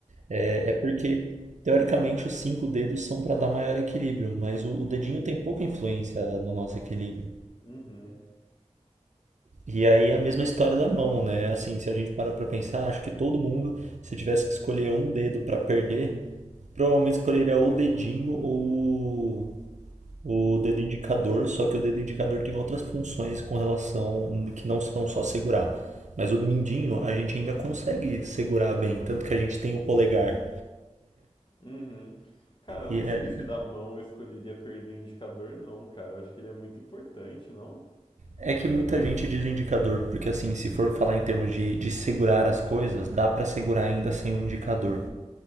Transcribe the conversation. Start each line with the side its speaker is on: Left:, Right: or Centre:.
Right: É, é porque, teoricamente, os cinco dedos são para dar maior equilíbrio, mas o, o dedinho tem pouca influência no nosso equilíbrio.
Left: Uhum,
Right: E aí é a mesma história da mão, né? Assim, se a gente parar pra pensar, acho que todo mundo, se tivesse que escolher um dedo pra perder, provavelmente escolheria ou o dedinho ou o o dedo indicador, só que o dedo indicador tem outras funções com relação que não são só segurar. Mas o mindinho a gente ainda consegue segurar bem, tanto que a gente tem o polegar.
Left: uhum. Cara, eu
Right: E
Left: não
Right: é,
Left: sei se da mão eu escolheria perder o indicador, não, cara. Eu acho que ele é muito importante, não?
Right: é que muita gente diz o indicador, porque assim, se for falar em termos de, de segurar as coisas, dá pra segurar ainda sem o indicador.